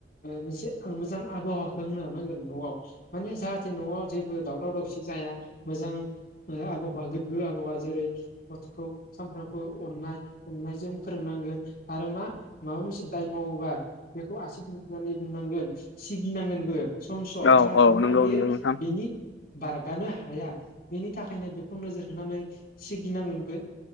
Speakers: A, on the left (about 55°); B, on the left (about 85°).
A: मोनसे आं मोजां आबहावाखौ होनो हानांगोन न'आव माने जाहाथे न'आव जेबो दावराव दावसि जाया मोजां आबहावा गोग्गो आबहावा जेरै गथ'खौ सानफ्रोमबो अननाय अननायजों फोरोंनांगोन आरो मा माबा मोनसे दाय मावोबा बेखौ आसि दिन्थिनानै बुंनांगोन। सिगिनांगोनबो सम सम
B: औ
A: जाहाथे
B: औ
A: मा
B: नंगौ
A: बेयो
B: नंगौ नोंथां
A: बिनि बारगानो हाया बेनि थाखायनो बे नोजोर होनानै सिगिनांगोनबो